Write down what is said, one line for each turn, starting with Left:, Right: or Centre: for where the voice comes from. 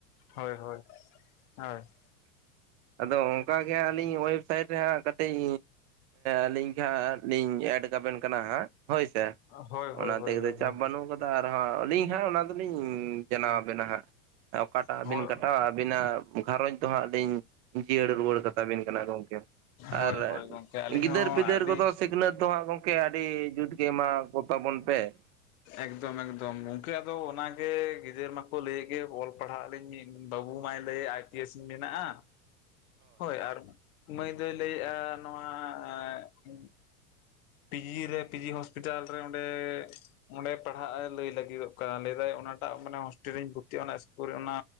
Left: ᱦᱳᱭ ᱦᱳᱭ, ᱦᱳᱭ ᱾
Right: ᱟᱫᱚ ᱚᱱᱠᱟ ᱜᱮ ᱦᱟᱸᱜ ᱟᱹᱞᱤᱧ ᱳᱭᱮᱵᱽᱥᱟᱭᱤᱴ ᱨᱮ ᱦᱟᱸᱜ ᱠᱟᱹᱴᱤᱡᱼᱼ ᱟᱹᱞᱤᱧ ᱠᱷᱟᱡ ᱦᱟᱸᱜ ᱞᱤᱧ ᱮᱰ ᱠᱟᱵᱤᱱ ᱠᱟᱱᱟ ᱦᱟᱸᱜ ᱾ ᱦᱳᱭᱥᱮ,
Left: ᱦᱳᱭ ᱦᱳᱭ
Right: ᱚᱱᱟᱛᱮ
Left: ᱦᱳᱭ ᱦᱳᱭ ᱜᱚᱝᱠᱮ
Right: ᱪᱟᱯ ᱵᱟᱱᱩᱜ ᱠᱟᱫᱟ ᱟᱨᱦᱚᱸ ᱟᱹᱞᱤᱧᱼᱼ ᱦᱮᱸ ᱚᱱᱟ ᱫᱚᱞᱤᱧ ᱡᱟᱱᱟᱣ ᱟᱵᱮᱱᱟ ᱦᱟᱸᱜ, ᱚᱠᱟᱴᱟᱜ
Left: ᱦᱳᱭ
Right: ᱵᱤᱱ ᱠᱟᱴᱟᱣᱟ ᱟᱹᱵᱤᱱᱟᱜᱼᱼ ᱜᱷᱟᱸᱨᱚᱡᱽ ᱫᱚ ᱦᱟᱸᱜ ᱞᱤᱧ, ᱡᱤᱭᱟᱹᱲ ᱨᱩᱣᱟᱹᱲ ᱠᱟᱛᱟ ᱵᱤᱱᱟ ᱾ ᱦᱚᱭ ᱜᱚᱝᱠᱮ, ᱟᱨ
Left: ᱦᱳᱭ ᱦᱳᱭ ᱜᱚᱝᱠᱮ ᱟᱹᱞᱤᱧ
Right: ᱜᱤᱫᱟᱹᱨ
Left: ᱦᱚᱸ
Right: ᱯᱤᱫᱟᱹᱨ
Left: ᱟᱹᱰᱤ
Right: ᱠᱚᱫᱚ ᱥᱤᱠᱷᱱᱟᱹᱛ ᱫᱚ ᱦᱟᱸᱜ ᱜᱚᱢᱼᱼ ᱠᱮ ᱟᱹᱰᱤ ᱡᱩᱛ ᱜᱮ ᱮᱢᱟ ᱠᱚ ᱛᱟᱵᱚᱱ ᱯᱮ ᱾
Left: ᱮᱠᱫᱚᱢ ᱮᱠᱫᱚᱢ, ᱜᱚᱝᱠᱮ ᱟᱫᱚ ᱚᱱᱟᱜᱮ ᱜᱤᱫᱟᱹᱨ ᱢᱟᱠᱚ ᱞᱟᱹᱭᱮᱫ ᱜᱮ ᱚᱞ ᱯᱟᱲᱦᱟᱜ ᱟᱹᱞᱤᱧᱼᱼ ᱵᱟᱹᱵᱩ ᱢᱟᱭ ᱞᱟᱹᱭ ᱮᱫ ᱟᱭ ᱯᱤ ᱮᱥ ᱤᱧ ᱵᱮᱱᱟᱜᱼᱟ ᱾ ᱦᱳᱭ ᱟᱨ ᱢᱟᱹᱭ ᱫᱚᱭ ᱞᱟᱹᱭ ᱮᱫᱼᱟ ᱱᱚᱣᱟ ᱮᱼᱼ ᱯᱤᱡᱤ ᱨᱮ ᱯᱤᱡᱤ ᱦᱚᱥᱯᱤᱴᱟᱞ ᱨᱮ ᱚᱸᱰᱮᱼᱼ ᱚᱸᱰᱮ ᱯᱟᱲᱦᱟᱜ ᱮ ᱞᱟᱹᱭ ᱞᱟᱹᱜᱤᱫᱚᱜ ᱠᱟᱱᱟ, ᱞᱟᱹᱭ ᱫᱟᱭ ᱚᱱᱟ ᱴᱟᱜ ᱢᱟᱱᱮ ᱦᱳᱥᱴᱮᱞ ᱨᱤᱧ ᱵᱷᱩᱨᱛᱤᱜᱼᱟ ᱚᱱᱟ ᱤᱥᱠᱩᱞ ᱨᱮ ᱚᱱᱟᱼᱼ